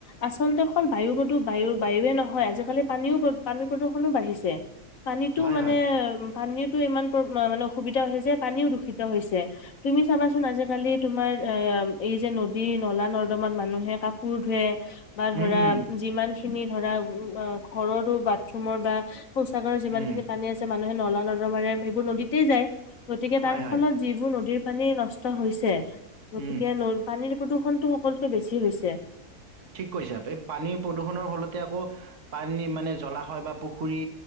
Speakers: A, on the left (about 60°); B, on the right (about 55°).
A: আচলতে অকল বায়ু প্ৰদূ, বায়ু -বায়ুয়ে নহয় আজিকালি পানীও পানী প্ৰদূষনু বাঢ়িছে। পানীটো
B: হয়
A: মানে
B: হয়
A: উ, পানীৰতো ইমান প্ৰ- মানে, অসুবিধা হৈছে যে, পানীও দূষিত হৈছে। তুমি চাবাচোন আজিকালি তোমাৰ অ, এই যে নদীৰ, নলা -নৰ্দমাত মানুহে কাপোৰ ধোৱে, -বা ধৰা
B: উম উম
A: যিমান খিনি, খিনি ধৰা ঘৰৰো, বাথৰুমৰ বা, শৌচাগাৰ যিমান
B: উম
A: খিনি পানী আছে ম, মানে নলা - নৰ্দমাৰে সেইবোৰ নদীতে যায়। গতিকে
B: হয়
A: তাৰ
B: হয়
A: ফলত যিবোৰ নদীৰ, পানী নষ্ট হৈছে, গতিকে
B: উম
A: নৈৰ পানীৰ, প্ৰদূষণটো সকলোকৈ বেছি হৈছে
B: ঠিক কৈছে এই পানীৰ প্ৰদূষণৰ ফলতে আকৌ পানী মানে জ্বলা হয় বা পুখুৰী